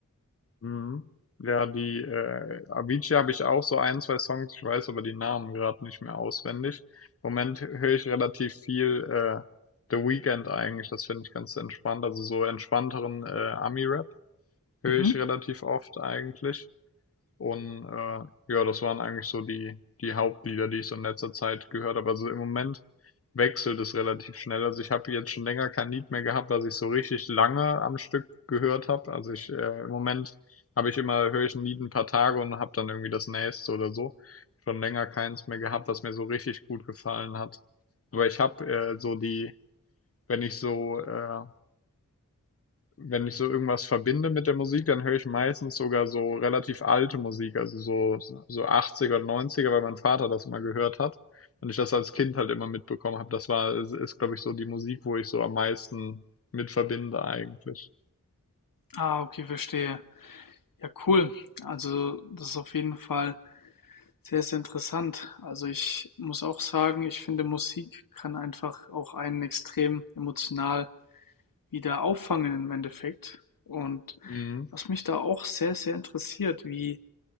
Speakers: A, on the left (about 45°); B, on the left (about 90°).
A: Mhm. Ja, die äh, Avicii habe ich auch so ein, zwei Songs, ich weiß aber die Namen gerade nicht mehr auswendig. Im Moment höre ich relativ viel äh, The Weeknd eigentlich, das finde ich ganz entspannt. Also so entspannteren äh, Ami-Rap höre
B: Mhm.
A: ich relativ oft eigentlich. Und äh, ja, das waren eigentlich so die, die Hauptlieder, die ich so in letzter Zeit gehört habe. Also im Moment wechselt es relativ schnell. Also ich habe jetzt schon länger kein Lied mehr gehabt, was ich so richtig lange am Stück gehört habe. Also ich äh, im Moment habe ich immer, höre ich ein Lied ein paar Tage und habe dann irgendwie das nächste oder so. Schon länger keins mehr gehabt, was mir so richtig gut gefallen hat. Aber ich habe äh, so die, wenn ich so äh, wenn ich so irgendwas verbinde mit der Musik, dann höre ich meistens sogar so relativ alte Musik, also so, so 80er und 90er, weil mein Vater das immer gehört hat und ich das als Kind halt immer mitbekommen habe. Das war, ist, ist glaube ich, so die Musik, wo ich so am meisten mit verbinde eigentlich.
B: Ah, okay, verstehe. Ja, cool. Also, das ist auf jeden Fall Sehr, sehr interessant. Also ich muss auch sagen, ich finde, Musik kann einfach auch einen extrem emotional wieder auffangen im Endeffekt. Und
A: Mhm.
B: was mich da auch sehr, sehr interessiert, wie